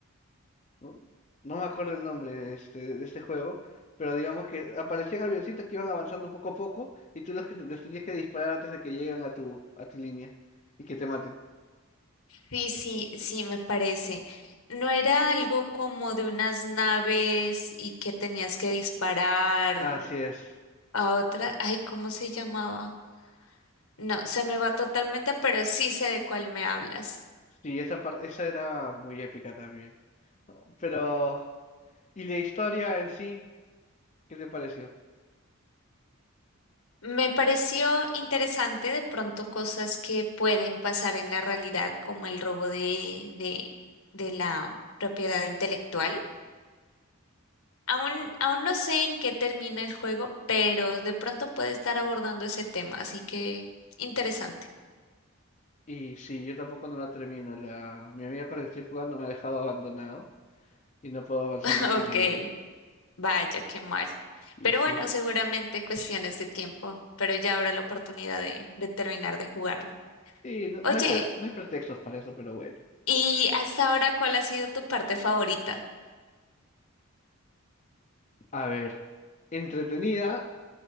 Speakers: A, on the left (about 35°); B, on the left (about 70°).
A: no, no me acuerdo el nombre este, de este juego, pero digamos que aparecían avioncitos que iban avanzando poco a poco y tú los que te- les tenías que disparar antes de que lleguen a tu, a tu línea y que te maten.
B: Sí, sí, sí, me parece. ¿No era algo como de unas naves y que tenías que disparar
A: Así es.
B: a otra? Ay, ¿cómo se llamaba? No, se me va totalmente, pero sí sé de cuál me hablas.
A: Sí, esa parte, esa era muy épica también. No, Pero, ¿y la historia en sí? ¿Qué te pareció?
B: Me pareció interesante de pronto cosas que pueden pasar en la realidad, como el robo de, de, de la propiedad intelectual. Aún, aún no sé en qué termina el juego, pero de pronto puede estar abordando ese tema, así que interesante.
A: Y sí, yo tampoco no la termino. La, mi amiga con la que estoy jugando me ha dejado abandonado y no puedo avanzarlo
B: <laughs>
A: sin
B: Ok,
A: ella.
B: vaya, qué mal.
A: Y
B: Pero
A: sí.
B: bueno, seguramente cuestiones de tiempo, pero ya habrá la oportunidad de, de terminar de jugarlo.
A: Sí, no,
B: Oye,
A: no hay pre- no hay pretextos para eso, pero bueno.
B: ¿y hasta ahora cuál ha sido tu parte favorita?
A: A ver, entretenida,